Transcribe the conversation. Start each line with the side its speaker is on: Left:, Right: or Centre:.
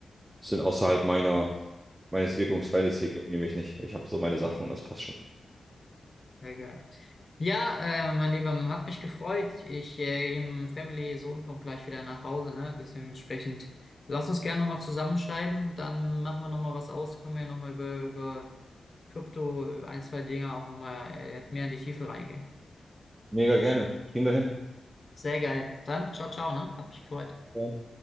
Right: sind außerhalb meiner, meines Wirkungsfeldes, deswegen jucken die mich nicht. Ich habe so meine Sachen und das passt schon.
Left: Sehr geil. Ja, äh, mein Lieber, hat mich gefreut. Ich, äh, im Family Sohn kommt gleich wieder nach Hause, ne? Deswegen entsprechend, lass uns gerne nochmal zusammenschreiben. Dann machen wir nochmal was aus. Können wir ja nochmal über, über Krypto ein, zwei Dinge auch nochmal äh, mehr in die Tiefe reingehen.
Right: Mega gerne. Kriegen wir hin.
Left: Sehr geil. Dann, ciao, ciao, ne? Hab mich gefreut.
Right: Ja.